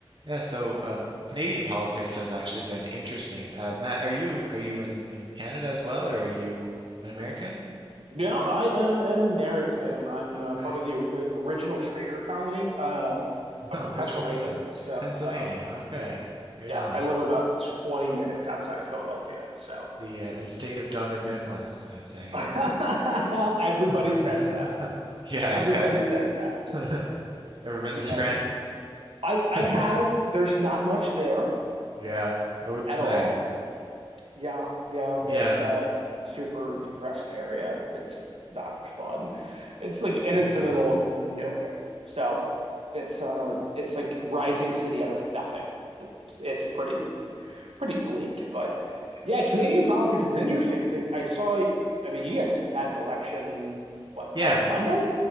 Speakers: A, on the right; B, on the right.
A: Yeah, so um, Canadian politics has actually been interesting. Uh, Matt, are you are you in in Canada as well, or are you an American?
B: No, I am an American. I'm
A: Okay.
B: uh, part of
A: <laughs>
B: the or- uh, original trader colony. Uh, I'm
A: Oh,
B: from Pennsylvania,
A: which one was that?
B: so
A: Pennsylvania.
B: um,
A: Okay, right
B: yeah,
A: on.
B: I live about 20 minutes outside of Philadelphia. So
A: The uh, the state of Dunder Mifflin, I'd say.
B: <laughs> everybody
A: <laughs>
B: says that.
A: Yeah,
B: Everybody
A: I bet.
B: says that.
A: <laughs> Ever been
B: Yeah,
A: to Scranton?
B: I I have.
A: <laughs>
B: There's not much there
A: Yeah, I wouldn't
B: at
A: say.
B: all. Yeah, yeah,
A: Yeah,
B: it's a super depressed area. It's not fun. It's like and
A: yeah,
B: it's in the middle of nowhere. So it's uh it's like rising city out of nothing. It's it's pretty pretty bleak, but yeah, Canadian politics is interesting because I, I saw I mean you guys just had an election what
A: yeah.
B: mon Monday?